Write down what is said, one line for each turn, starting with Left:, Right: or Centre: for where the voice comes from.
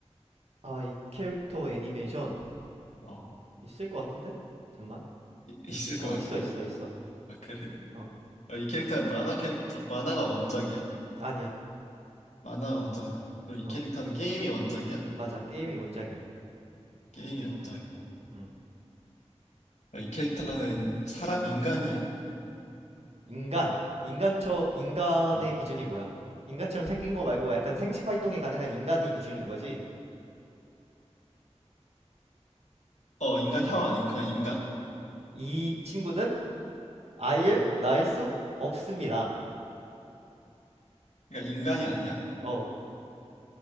Right: 아, 이 캐릭터 애니메이션
Left: 어,
Right: 있을 것 같은데? 잠만.
Left: 이- 있을
Right: 어,
Left: 것 같다고?
Right: 있어, 있어, 있어.
Left: 아, 그래?
Right: 어,
Left: 아, 이 캐릭터는 만화 캐릭터, 만화가 원작이야?
Right: 아니야.
Left: 만화가 원작은 아니고. 그럼 이
Right: 어,
Left: 캐릭터는 게임이 원작이야?
Right: 맞아. 게임이 원작이야.
Left: 게임이 원작이고.
Right: 응.
Left: 아, 이 캐릭터는 사람, 인간이야?
Right: 인간, 인간처, 인간의
Left: 어.
Right: 기준이 뭐야? 인간처럼 생긴 거 말고 약간 생식 활동이 가능한 인간이 기준인 거지.
Left: 어, 인간형
Right: 어,
Left: 아니고 그냥 인간.
Right: 이 친구는 아이를
Left: 어.
Right: 낳을 수 없습니다.
Left: 그러니까 인간이 아니야?
Right: 어,